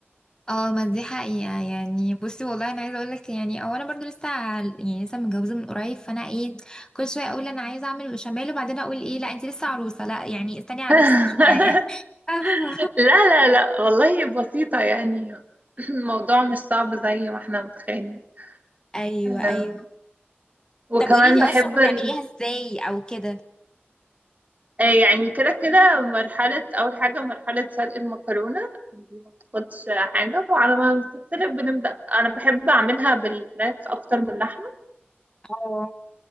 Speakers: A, on the left; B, on the right.
A: اه ما دي حقيقه يعني بصي والله انا عايزه اقول لك يعني اولا برضو لسه عال- يعني لسه متجوزه من قريب فانا ايه كل شويه اقول انا عايزه اعمل بشاميل وبعدين اقول ايه لا انت لسه عروسه لا يعني استني على
B: <laughs>
A: نفسك شويه <laughs>
B: لا لا لا والله بسيطة يعني <clears throat> الموضوع مش صعب زي ما احنا متخيلين
A: ايوه
B: آه،
A: ايوه
B: وكمان
A: طب قولي لي
B: بحب
A: اصلا
B: ال...
A: بتعمليها ازاي او كده
B: آه، يعني كده كده مرحلة أول حاجة مرحلة سلق المكرونة دي ما بتاخدش حاجة وعلى ما بتتسلق بنبدأ أنا بحب أعملها بالفراخ أكتر من اللحمة
A: اه